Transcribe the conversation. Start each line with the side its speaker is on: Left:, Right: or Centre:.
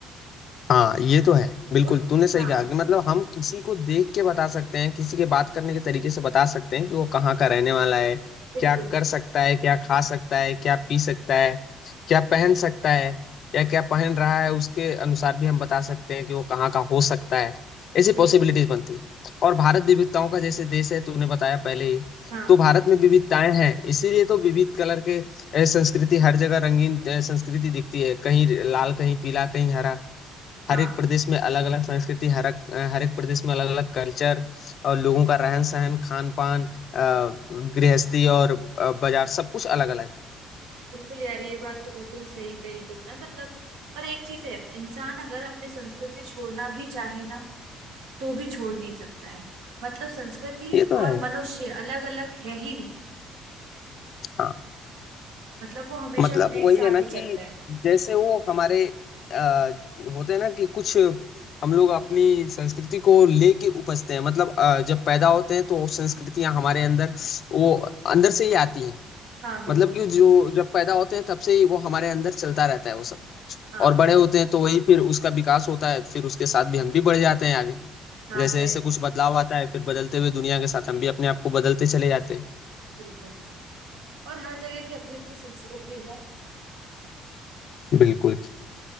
Left: हाँ ये तो है बिल्कुल
Right: वो
Left: तूने सही
Right: हाँ
Left: कहा कि मतलब हम किसी को देख के बता सकते हैं किसी के बात करने के तरीके से बता सकते हैं कि वो कहाँ का रहने वाला है
Right: बिल्कुल
Left: क्या कर सकता है क्या खा सकता है क्या पी सकता है क्या पहन सकता है या क्या पहन रहा है उसके अनुसार भी हम बता सकते हैं कि वो कहाँ का हो सकता है ऐसी
Right: बिल्कुल
Left: पॉसिबिलिटीज बनती है और भारत विविधताओं का जैसे देश है तूने बताया पहले ही
Right: हाँ
Left: तो भारत में विविधताएं हैं इसीलिए तो विविध कलर के ए, संस्कृति हर जगह रंगीन ए, संस्कृति दिखती है कहीं लाल कहीं पीला कहीं हरा
Right: हाँ
Left: हर एक प्रदेश में अलग अलग संस्कृति हर एक हर एक प्रदेश में अलग अलग कल्चर और लोगों का रहन सहन खान पान गृहस्थी और अ, बाजार सब कुछ अलग अलग
Right: बिल्कुल यार ये बात तो बिल्कुल सही कही तुमने मतलब और एक चीज है इंसान अगर अपनी संस्कृति छोड़ना भी चाहे ना तो भी छोड़ नहीं सकता है मतलब संस्कृति
Left: है ये तो
Right: और
Left: है यार
Right: मनुष्य अलग अलग है ही नहीं
Left: हाँ
Right: मतलब वो हमेशा
Left: मतलब
Right: अपने एक
Left: वही
Right: साथ
Left: है ना
Right: ही
Left: कि
Right: चलते हैं
Left: जैसे वो हमारे आ, होते हैं ना कि कुछ हम लोग अपनी संस्कृति को लेके उपजते हैं मतलब अ, जब पैदा होते हैं तो संस्कृतियां हमारे अंदर वो अंदर से ही आती हैं
Right: हाँ बिल्कुल
Left: मतलब कि जो जब पैदा होते हैं तब से ही वो हमारे अंदर चलता रहता है वो सब
Right: हाँ
Left: और बड़े होते हैं तो वही फिर उसका विकास होता है फिर उसके साथ भी हम भी बढ़ जाते हैं आगे
Right: हाँ
Left: जैसे
Right: सही
Left: जैसे कुछ बदलाव आता है फिर बदलते हुए दुनिया के साथ हम भी अपने आप को बदलते चले जाते
Right: बिल्कुल और हर जगह की अपनी अपनी संस्कृति है
Left: हैं बिल्कुल